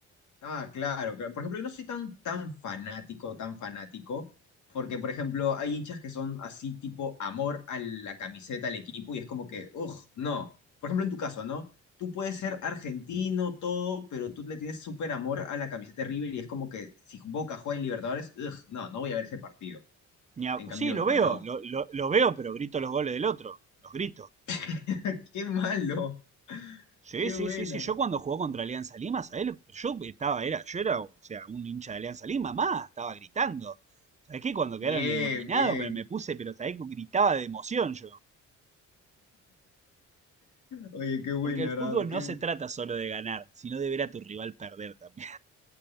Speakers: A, on the left; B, on the right.
A: Ah, claro, claro. Por ejemplo, yo no soy tan, tan fanático, tan fanático, porque, por ejemplo, hay hinchas que son así tipo amor a la camiseta, al equipo, y es como que, uff, no. Por ejemplo, en tu caso, ¿no? Tú puedes ser argentino, todo, pero tú le tienes súper amor a la camiseta de River y es como que si Boca juega en Libertadores, ugh, no, no voy a ver ese partido.
B: Ni a-
A: En cambio,
B: Sí, lo
A: yo
B: veo,
A: no.
B: lo, lo- lo veo, pero grito los goles del otro, los grito.
A: <laughs> ¡Qué malo!
B: Sí,
A: ¡Qué
B: sí,
A: buena!
B: sí, sí. Yo cuando jugó contra Alianza Lima, ¿sabés? Yo estaba, era, yo era, o sea, un hincha de Alianza Lima, más, estaba gritando. ¿Sabés qué? Cuando
A: Bien,
B: quedaron eliminados,
A: bien.
B: pero me puse, pero ¿sabés que gritaba de emoción yo?
A: Oye, qué buena,
B: Porque el
A: ¿verdad?
B: fútbol
A: Qué,
B: no se trata solo de ganar, sino de ver a tu rival perder también.